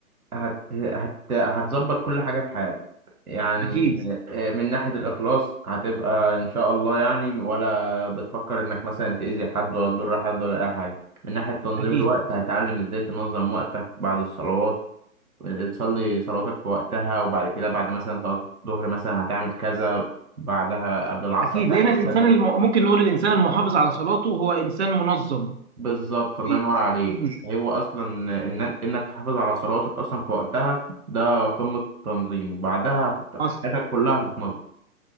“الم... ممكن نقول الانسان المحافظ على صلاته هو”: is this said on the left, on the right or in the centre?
Right